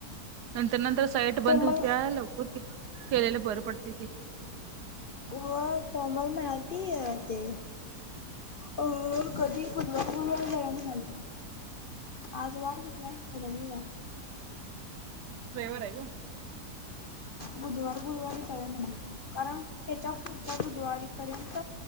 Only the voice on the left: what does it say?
कोमल
हो कोॉमल मिळाती ते अ कधी बुधवला जा सांलं आज वार कुठला आहे रविवार
बुधवार गुरुवारी सगळे म्हण कारण त्याच्या पुढच्या बुधवारी पर्यंत